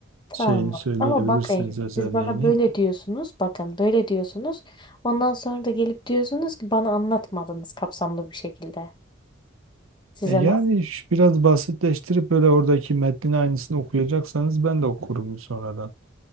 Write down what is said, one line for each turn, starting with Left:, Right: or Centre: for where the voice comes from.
Left: tamam.
Right: şeyini söyleyebilirseniz
Left: Ama bakın
Right: özelliğini.
Left: siz bana böyle diyorsunuz. Bakın böyle diyorsunuz. Ondan sonra da gelip diyorsunuz ki bana anlatmadınız kapsamlı bir şekilde. Size
Right: E, yani
Left: nasıl?
Right: şu- biraz basitleştirip böyle oradaki metnin aynısını okuyacaksanız ben de okurum sonradan.